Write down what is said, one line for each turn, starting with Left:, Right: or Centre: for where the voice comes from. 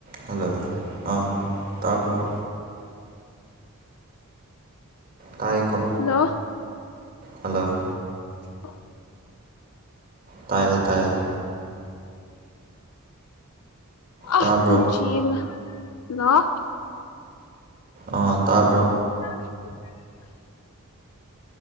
Right: hello ꯑ ꯇꯥꯕ꯭ꯔꯣ ꯇꯥꯏꯈꯣ
Left: ꯍꯜꯂꯣ
Right: ꯍꯜꯂꯣ
Left: ꯑ
Right: ꯇꯌꯦ ꯇꯥꯏꯌꯦ
Left: ꯑ
Right: ꯇꯥꯕ꯭ꯔꯣ
Left: ꯀ ꯆꯕ ꯂꯥꯛ
Right: ꯑꯥ ꯇꯥꯕ꯭ꯔꯣ
Left: <inaudible>